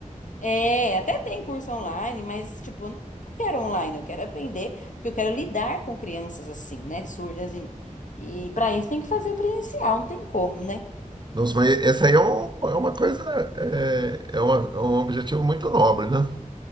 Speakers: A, on the left; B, on the right.
A: É, até tem curso online, mas, tipo, eu não quero online, eu quero aprender, porque eu quero lidar com crianças assim, né, surdas e, e para isso tem que fazer presencial, não tem como, né?
B: Nossa, mas esse aí é, um- é uma coisa, é, é uma- é um objetivo muito nobre, né?